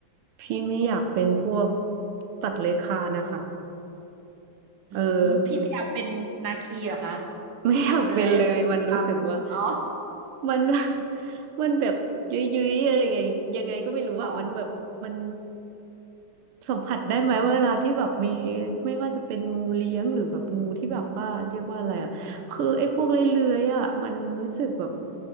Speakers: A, on the right; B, on the right.
A: พี่ไม่อยากเป็นพวกสัตว์เลื้อยคลานนะคะ
B: อืมพี่ไม่อยากเป็นนาคีเหรอคะ
A: เออ <laughs> ไม่อยากเป็นเลย
B: เลื้อยอะไรลำอ๋อ
A: มันรู้สึกว่า มัน <laughs> มันแบบยุ้ยๆอะไรไงยังไงก็ไม่รู้อ่ะมันแบบมัน
B: อ๋อ
A: สัมผัสได้ไหมเวลาที่แบบมีไม่ว่าจะเป็นงูเลี้ยงหรือแบบงูที่แบบว่าเรียกว่าอะไรอ่ะคือไอ้พวกเลื้อยๆอ่ะมันรู้สึกแบบ